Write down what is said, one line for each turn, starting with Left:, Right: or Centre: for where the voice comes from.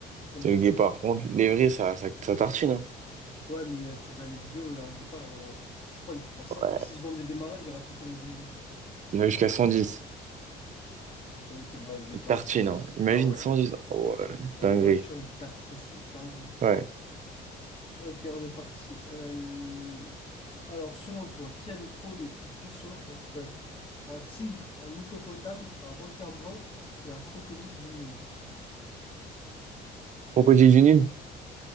Left: Comme
Right: C'est
Left: ça,
Right: le
Left: ça
Right: guépard.
Left: comme?
Right: Bon, lévrier, ça, ça, ça tartine, hein.
Left: Ouais, mais euh, tu regardes les vidéos, un guépard, en- je crois, il prend cinq
Right: Ouais.
Left: ou 6 secondes de démarrage, il rattrape un évrier.
Right: Il va jusqu'à cent dix
Left: Ok, bah ouais, guépard,
Right: Il tartine,
Left: 110.
Right: hein. Imagine
Left: Ah ouais,
Right: 110. Oh, ouais.
Left: en
Right: Dinguerie.
Left: voiture, il tartine, c'est dingue.
Right: Ouais.
Left: Ok, on est parti. Euh, Alors, selon toi, qui a les crocs les plus puissants entre un tigre, un hippopotame, un requin blanc et un crocodile du Nil?
Right: Crocodile du Nil?